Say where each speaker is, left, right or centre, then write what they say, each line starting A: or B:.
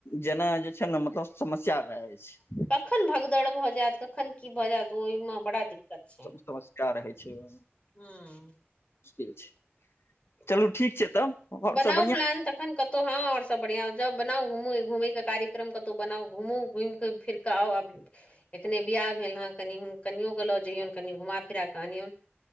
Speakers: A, on the left; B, on the left.
A: जेनाय जे छैय ने मतलब समस्या भए जाइ छैय।
B: कखन भगदड़ भऽ जायत कखन की भऽ जायत ओहिमे बड़ा दिक्कत छैय।
A: <unintelligible> रहय छैय ओ।
B: हूँ।
A: मुश्किल छैय। चलू
B: ब
A: ठीक छैय तब। आओर
B: बनाउ
A: सब बढ़िआँ
B: प्लान तक एखन कतौ हँ और सब बढ़िया जाउ बनाउ घुमू घूमयके कार्यक्रम कतउ बनाउ घूमू घुमिके फेर। <unintelligible> एखने बियाह भेल हेँ, कनि हूँ कनियो क लऽ जइयौन कनि घुमा फिरा कऽ अनियौन।